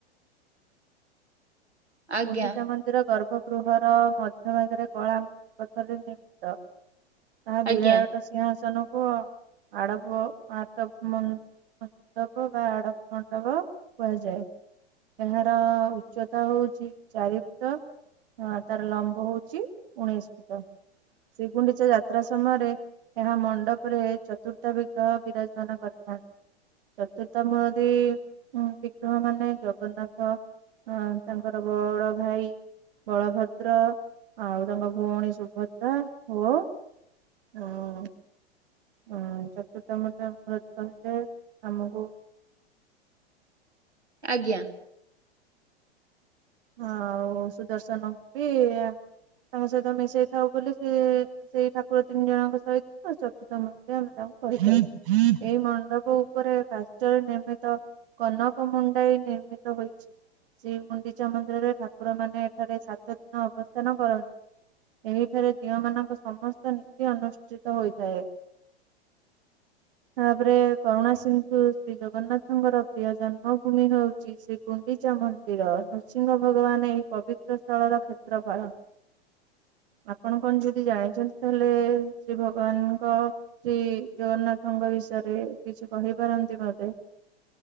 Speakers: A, on the right; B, on the right.
A: ଆଜ୍ଞା
B: ଗୁଣ୍ଡିଚା ମନ୍ଦିର ଗର୍ଭଗୃହର ମଧ୍ୟଭାଗରେ କଳା ପଥରରେ ନିର୍ମିତ। ତାହା
A: ଆଜ୍ଞା
B: ବିରାଟ ସିଂହାସନକୁ ଆ ଆଡବ ଆଟ ମାନେ ମଣ୍ଡପ ବା ଆଡ଼ବ ମଣ୍ଡପ କୁହାଯାଏ। ଏହାର ଉଚ୍ଚତା ହଉଛି। ଚାରି ଫୁଟ ତାର ଲମ୍ବ ହଉଛି ଉଣେଇଶି ଫୁଟ। ଶ୍ରୀଗୁଣ୍ଡିଚା ଯାତ୍ରା ସମୟରେ ଏହା ମଣ୍ଡପରେ ଚତୁର୍ଥା ବିଗ୍ରହ ବିରାଜମାନ କରିଥାନ୍ତି। ଚତୁର୍ତା ମୂରତି ବିିଗ୍ରହ ମାନେ ଜଗନ୍ନାଥ ଅ ତାଙ୍କ ମୋର ବଡ ଭାଇ ବଳଭଦ୍ର ଆଉ ତାଙ୍କ ଭଉଣୀ ସୁଭଦ୍ରା ଓ ହଁ ହ ଚତୁର୍ଥାମ ମୁରତି କହିଲେ ଆମକୁ
A: ଆଜ୍ଞା।
B: ଆଉ ସୁଦର୍ଶନ ବି ତାଙ୍କ ସହିତ ମିଶେଇ ଥାଉ ବୋଲି ସେ ସେଇ ଠାକୁର ତିନି ଜଣଙ୍କ ସହିତ ଆଉ ଚତୁର୍ଥ ମୂର୍ତ୍ତୀ ଆମେ ତାଙ୍କୁ କହିଥାଉ ଏଇ ମଣ୍ଡପ ଉପରେ କାଚରେ ନିର୍ମିତ କନକ ମୁଣ୍ଡାଇ ନିର୍ମିତ ହୋଇଛି ସେ ମୁଣ୍ଡି ଚା ମନ୍ଦିରରେ ଠାକୁରମାନେ ଏଠାରେ ସାତ ଦିନ ଅବସ୍ଥାନ କରନ୍ତି। ଏହିଠାରେ ଦିଅଁମାନଙ୍କ ସମସ୍ତ ନୀତି ଅନୁଷ୍ଠିତ ହୋଇଥାଏ।
A: <inaudible>
B: ତାପରେ କରୁଣା ସିନ୍ଧୁ ଶ୍ରୀ ଜଗନ୍ନାଥଙ୍କର ପ୍ରିୟ ଜନ୍ମଭୂମି ହଉଛି। ଶ୍ରୀ ଶ୍ରୀ କୁଡିଚା ମନ୍ଦିର ନୃସିଂହ ଭଗବାନ ଏହି ପବିତ୍ର ସ୍ଥଳର କ୍ଷେତ୍ରଫାଳ ଆପଣ କଣ ଯଦି ଜାଣିଛନ୍ତି ତାହେଲେ ଶ୍ରୀ ଭଗବାନଙ୍କ ଶ୍ରୀ ଜଗନ୍ନାଥଙ୍କ ବିଷୟରେ କିଛି କହିପାରନ୍ତି ମତେ